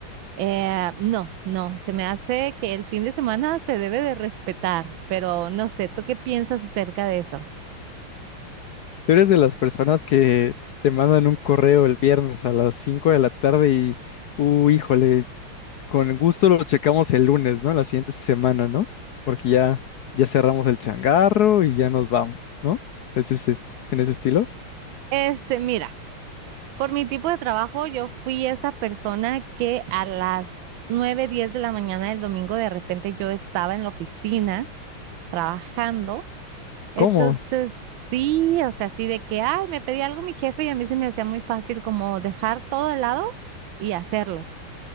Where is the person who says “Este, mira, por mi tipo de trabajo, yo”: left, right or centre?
Right